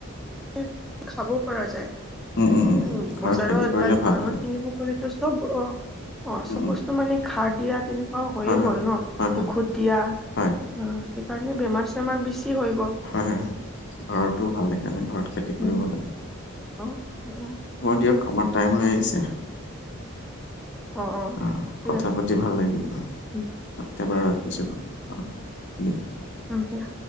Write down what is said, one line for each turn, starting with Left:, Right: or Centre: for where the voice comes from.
Centre: নেঢ খাব পৰা যায়,
Left: উম
Centre: এ
Left: উম উম ঘৰত
Centre: বজাৰত
Left: খেতি কৰিলে
Centre: বা দোকানত
Left: ভাল হয়
Centre: কিনিব মোৰ এইটো চব অঁ অঁ
Left: উম
Centre: চব
Left: উম
Centre: বস্তু মানে খাৰ দিয়া তেনে অহ, হৈয়ে
Left: হয়
Centre: গ'ল ন
Left: হয় হয়
Centre: ঔষধ দিয়া অ,
Left: হয়
Centre: সেইকাৰণে বেমাৰ চেমাৰ বেছি হৈ গ'ল।
Left: হয় হয় হয়, ঘৰতো ভাল এইকাৰণে ঘৰত খেতি
Centre: উম,
Left: কৰিবলৈ।
Centre: অ অ।
Left: হ'ব দিয়ক আমাৰ টাইম হৈ আহিছে।
Centre: অ অ।
Left: আহ,
Centre: ঠিক
Left: কথা
Centre: আছে
Left: পাতি ভাল লাগিলে
Centre: উম,
Left: একেবাৰু ৰাখিছো অঁ দিয়া।
Centre: অঁ দিয়া।